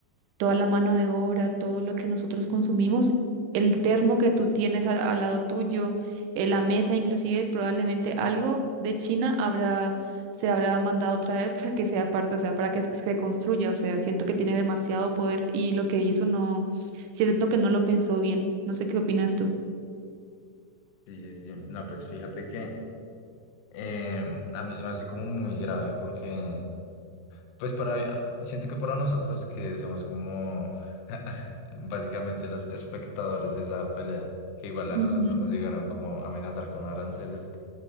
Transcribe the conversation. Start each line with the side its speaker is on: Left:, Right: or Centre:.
Right: toda la mano de obra, todo lo que nosotros consumimos, el termo que tú tienes al, al lado tuyo, eh, la mesa, inclusive probablemente algo de China habrá, se habrá mandado traer <laughs> para que sea parte, o sea, para que se se construya, o sea, siento que tiene demasiado poder y lo que hizo no, siento que no lo pensó bien, no sé qué opinas tú.
Left: Sí, sí, sí. No, pues fíjate que eh, a mí se me hace como muy grave porque Pues para, siento que para nosotros que somos como <laughs> básicamente los espectadores de esa pelea, que igual a
Right: Ujú,
Left: nosotros nos llegaron como a amenazar con aranceles,